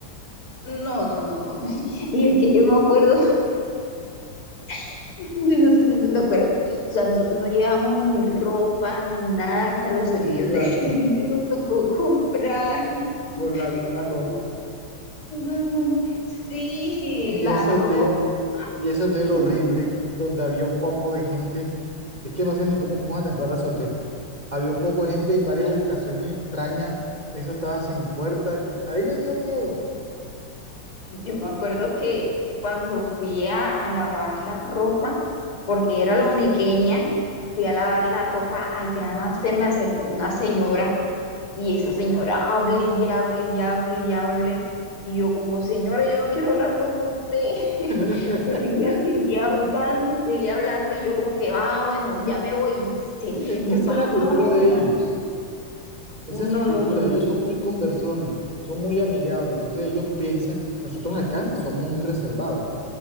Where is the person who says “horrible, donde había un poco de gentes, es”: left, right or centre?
Right